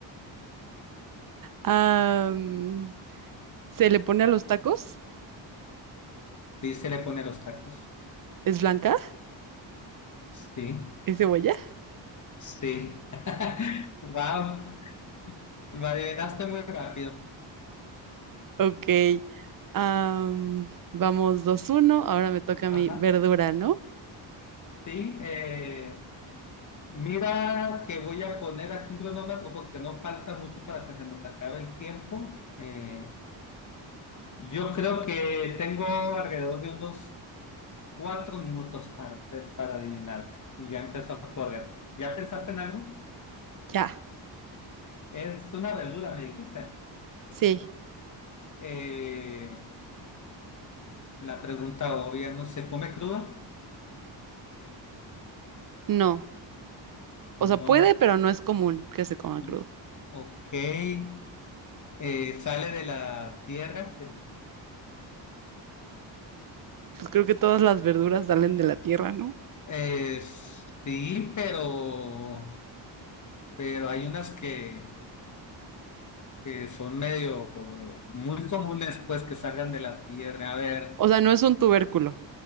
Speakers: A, on the right; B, on the left.
A: Am, ¿Se le pone a los tacos?
B: Sí, se le pone los tacos.
A: ¿Es blanca?
B: Sí,
A: ¿Es cebolla?
B: sí. <laughs> Wow, lo adivinaste muy rápido.
A: Ok. am, vamos dos uno Ahora me toca mi
B: Ajá,
A: verdura, ¿no?
B: sí. eh, mira que voy a poner aquí un cronómetro porque no falta mucho para que se nos acabe el tiempo. Eh, yo creo que tengo alrededor de unos cuatro minutos para, hacer- para adivinarte y ya empezó a correr. ¿Ya pensaste en algo?
A: Ya.
B: Es una verdura, me dijiste.
A: Sí.
B: Eh, la pregunta obvia, ¿no se come cruda?
A: No. O sea, puede,
B: No.
A: pero no es común que se coma crudo.
B: Mm, Ok. Eh, sale de la tierra. El-
A: Pues creo que todas las verduras salen de la tierra, ¿no?
B: Eh, sí, pero, pero hay unas que, que son medio muy comunes, pues, que salgan de la tierra. A ver,
A: O sea, no es un tubérculo.